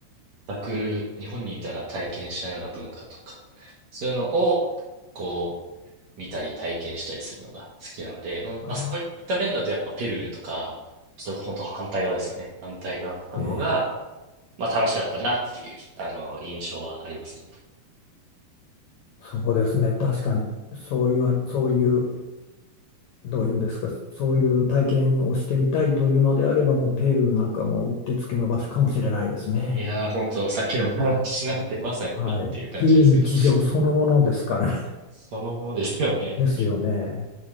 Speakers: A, on the right; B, on the left.
A: 全く日本にいたら体験しないような文化とか、そういうのを、こう、見たり体験したりするのが好きなので、まあ、
B: あ
A: そういった面だとやっぱペルーとか、それこそ本当反対側ですよね。反対側とかの方が、
B: あ、ええ
A: まあ楽しかったなっていう、あの、印象はありますね。
B: そうですね。確かに、そういう、そういうどういうんですか、そういう体験をしてみたいというのであれば、もうペルーなんかもうってつけの場所かもしれないですね。
A: いやー、本当さっきの話なんてまさにっていう感じですけど、
B: はい。非日常そのものですから。
A: そのものですよね。
B: <laughs> ですよね。